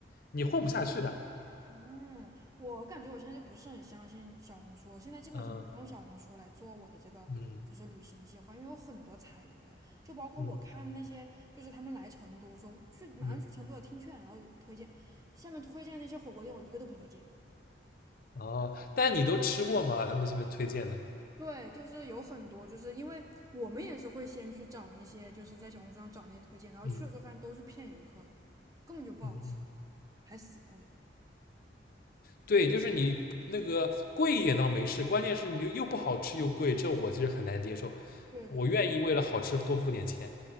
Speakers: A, on the left; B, on the right.
A: 你混不下去的。
B: 嗯，我感觉我现在就不是很相信小红书，我现在基本上不用小红书来做我的这个就是旅行计划，
A: 嗯嗯
B: 因为有很多踩雷的，就包括我看那些就是他们来成都说去马上去成都的听劝，
A: 嗯嗯，
B: 然后推荐下面推荐那些火锅店，我一个都不推荐。
A: 哦，但你都吃过吗？他们这边推荐的，
B: 对，就是有很多，就是因为我们也是会先去找那些，就是在小红书上找那些推荐，然后去了之后发现都是骗游客的，
A: 嗯
B: 根本就不好吃，
A: 嗯，
B: 还死贵。
A: 对，就是你不那个贵一点倒没事，关键是你又不好吃又贵，这我其实很难接受。
B: 对对对，
A: 我愿意为了好吃多付点钱。